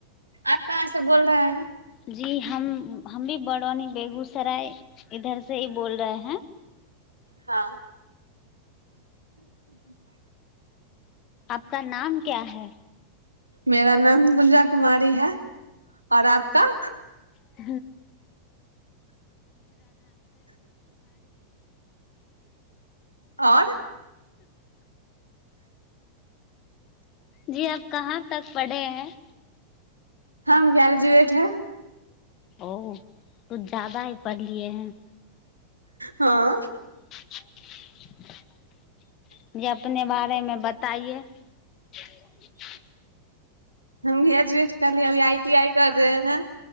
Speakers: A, on the right; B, on the left.
A: आप कहाँ से बोल रहे हैं
B: जी हम हम भी बड़ौनी बेगूसराय इधर से ई बोल रहे हैं
A: हाँ <unintelligible>
B: आपका नाम क्या है
A: मेरा नाम गुंजा कुमारी है और आपका
B: <unintelligible> <unintelligible>
A: और
B: जी आब कहाँ तक पढ़े है
A: हम गारजी बेेठ ह
B: ओ किुछ ज्याददा ही पढ़ लिए हैं
A: हँ
B: <unintelligible>
A: हम ग्रेजुएट करलिय अभी आई टी आई कर रहे हैं